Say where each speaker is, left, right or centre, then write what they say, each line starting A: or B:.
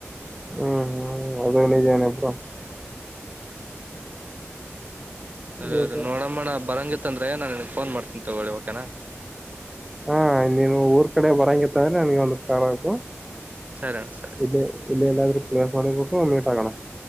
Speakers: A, in the centre; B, on the right.
A: ಹ್ಮ್ ಹ್ಮ ಅದ ನೀಜನೇಪ್ಪ.
B: ಸರಿ
A: ಇವಾಗ
B: ನೋಡಮ್ಮಣ ಬರಂಗಿತ್ತಂದ್ರೆ ನಾನ್ ನಿಮ್ಗ್ ಫೋನ್ ಮಾಡ್ತಿನಿ ತಗೊಳ್ಳಿ ಓಕೇನಾ.
A: ಹಾ ನೀನು ಊರ್ ಕಡೆ ಬರಂಗಿತ್ತಂದ್ರೆ ನನ್ಗೆ ಒಂದು ಕಾಲ್ ಹಾಕು.
B: ಸರಿ ಅಣ್ಣ ಸರಿ.
A: ಇಲ್ಲ ಇಲ್ಲಿ ಎಲ್ಲಾದ್ರೂ ಪ್ಲೇಸ್ ಮಾಡಿಬಿಟ್ಟು ಮೀಟ್ ಆಗೋಣ.